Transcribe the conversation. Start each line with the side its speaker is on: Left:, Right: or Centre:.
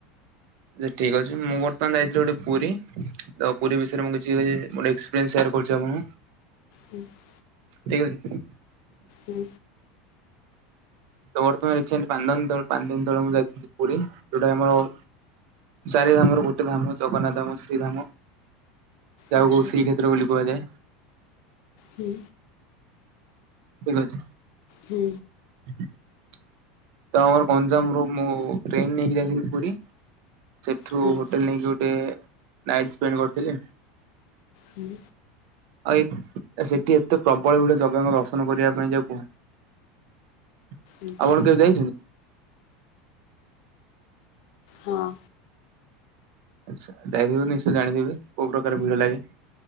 Right: ଯେ ଠିକ ଅଛି ମୁଁ ବର୍ତ୍ତମାନ ଯାଇଥିଲି ଗୋଟେ ପୁରୀ, ତ ପୁରୀ ବିଷୟରେ ମୁଁ କିଛି ଏକ୍ସପେରିଏନ୍ସ ସେୟାର କରୁଛି ଆପଣଙ୍କୁ।
Left: ହୁଁ <inaudible>
Right: ଠିକ୍ ଅଛି।
Left: ହୁଁ।
Right: ତ ବର୍ତ୍ତମାନ ରିସେଣ୍ଟ ପାଞ୍ଚ ପାଞ୍ଚ ଦିନ ତଳେ ମୁଁ ଯାଇଥିଲି ପୁରୀ ଯୋଉଟା ଆମର ଚାରି ଧାମ ରୁ ଗୋଟେ ଧାମ ଜଗନ୍ନାଥ ଧାମ ଶ୍ରୀ ଧାମ ଯାହାକୁ
Left: ଆଚ୍ଛା
Right: ଶ୍ରୀକ୍ଷେତ୍ର ବୋଲି କୁହାଯାଏ।
Left: ହୁଁ।
Right: ଠିକ୍ ଅଛି।
Left: ହୁଁ।
Right: <inaudible> ତ ଆମର ଗଞ୍ଜାମରୁୁ ମୁଁ ଟ୍ରେନ ନେଇକି ଯାଇଥିଲି ପୁରୀ ସେଠୁ
Left: ହୁଁ
Right: ହୋଟେଲ ନେଇକି ଗୋଟେ ନାଇଟ୍ ସ୍ପେଣ୍ଡ କରିଥିଲି।
Left: ହୁଁ।
Right: ଆଉ ଏ ସେଠି ଏତେ ପ୍ରବଳ ଭିଡ଼ ଜଗାଙ୍କ ଦର୍ଶନ କରିବା ପାଇଁ ଯେ କୁହନି। ଆପଣ
Left: ଆଚ୍ଛା
Right: କେବେ ଯାଇଛନ୍ତି?
Left: ହଁ।
Right: ଆଚ୍ଛା ଯାଇଥିବେ ଯଦି ନିଶ୍ଚୟ ଜାଣିଥିବେ କୋଉ ପ୍ରକାର ଭିଡ଼ ଲାଗେ?